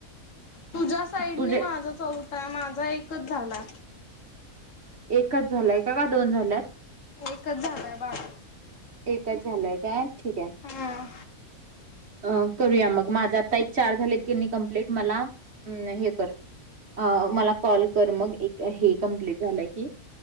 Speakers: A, on the left; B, on the right.
A: तुझ्या साईटनी
B: तुझे
A: मा माझं चौ आ माझा एकच झालाय.
B: एकच झालाय का दोन झाल्यात.
A: एकच जालाय बाई.
B: एकच झालंय काय? ठीक हे.
A: हम्म
B: अ करूया मग माझा आता एक चार झालेत की कंप्लीट मला हम् हे कर अ मला कॉल तर मग एक हे कम्प्लीट झाल की,